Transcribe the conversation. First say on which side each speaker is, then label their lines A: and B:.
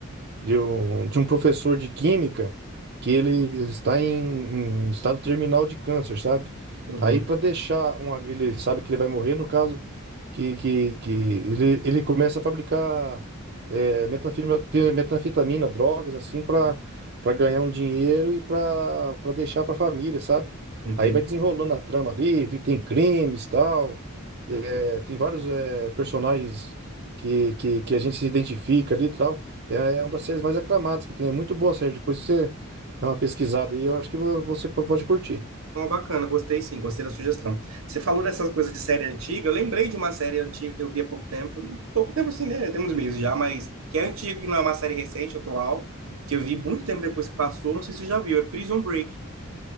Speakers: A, on the right; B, on the right.
A: de um, de um professor de química que ele está em, em estado terminal de câncer, sabe?
B: Uhum,
A: Aí para deixar uma, ele sabe que ele vai morrer, no caso que, que, que ele, ele começa a fabricar é, metanfetamina, metanfetamina, drogas assim para para ganhar um dinheiro e para para deixar para a família, sabe?
B: entendi.
A: Aí vai desenrolando a trama ali, vi- tem crimes, tal, é, tem vários é, personagens que, que, que a gente se identifica ali, e tal. É é uma das séries mais aclamadas que tem. É muito boa a série. Depois você dá uma pesquisada aí, eu acho que vo- você po- pode curtir.
B: Uma bacana, gostei sim, gostei da sugestão. Você falou dessas coisas de série antiga, eu lembrei de uma série antiga que eu vi há pouco tempo, pouco tempo assim, né? Tem uns meses já, mas que é antiga, que não é uma série recente, atual, que eu vi muito tempo depois que passou, não sei se você já viu, é Prison Break,